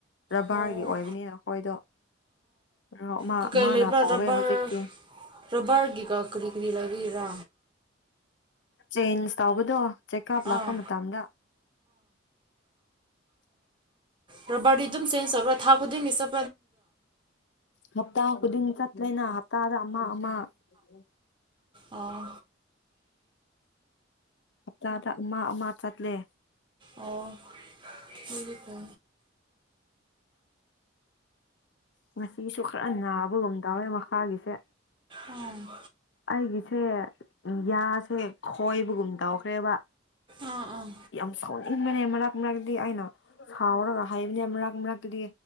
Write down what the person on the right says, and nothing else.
ꯑꯣ
ꯀꯩꯀꯩ
ꯂꯩꯕ꯭ꯔꯥꯔꯕꯔꯔꯕꯔꯒꯤꯀ
ꯀꯔꯤ ꯀꯔꯤ ꯂꯩꯕꯤꯔꯥ
ꯑꯥ
ꯔ ꯕꯗꯤ ꯑꯗꯨꯝ ꯆꯦꯟꯖꯕ꯭ꯔ ꯊꯥ ꯈꯨꯗꯤꯡꯒꯤꯁ
ꯑꯣ
ꯑꯣ ꯍꯒꯤ ꯇ
ꯎꯝ
ꯑꯥ ꯑꯥ